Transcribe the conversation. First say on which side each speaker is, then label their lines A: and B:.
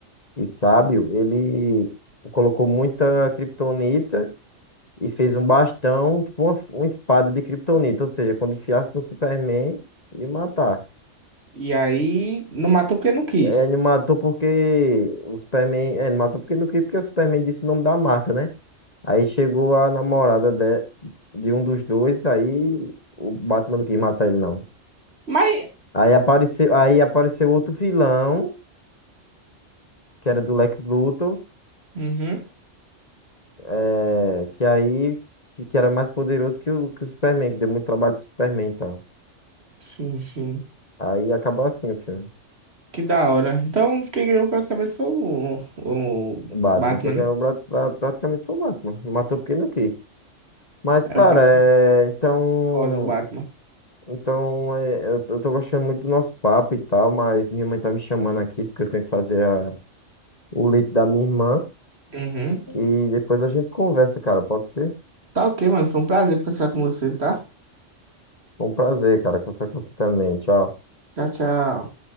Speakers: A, on the left; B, on the right.
A: e sábio, ele colocou muita kryptonita e fez um bastão, tipo uma, uma espada de kryptonita. Ou seja, quando enfiasse no Superman, ia matar.
B: E aí não matou porque não quis.
A: E aí ele matou porque o Superman. É, ele matou porque não queria, porque o Superman disse o nome da mata, né? Aí chegou a namorada de, de um dos dois, aí o Batman não quis matar ele, não.
B: Mas.
A: Aí apareceu, aí apareceu outro vilão, que era do Lex Luthor,
B: Uhum.
A: eh, que aí que, que era mais poderoso que o, que o Superman, que deu muito trabalho pro Superman, então.
B: Sim, sim.
A: Aí acabou assim o filme.
B: Que da hora. Então, quem ganhou praticamente foi o, o
A: O Batman,
B: Batman,
A: quem ganhou
B: né?
A: pra- pra- praticamente foi o Batman. Matou porque não quis. Mas,
B: É
A: cara,
B: o Batman.
A: é, então.
B: Foda, o Batman.
A: Então, é, eu, tô eu tô gostando muito do nosso papo e tal, mas minha mãe tá me chamando aqui porque eu tenho que fazer a- o leite da minha irmã.
B: Uhum.
A: E depois a gente conversa, cara. Pode ser?
B: Tá ok, mano. Foi um prazer conversar com você, tá?
A: Foi um prazer, cara, conversar com você também. Tchau.
B: Tchau, tchau.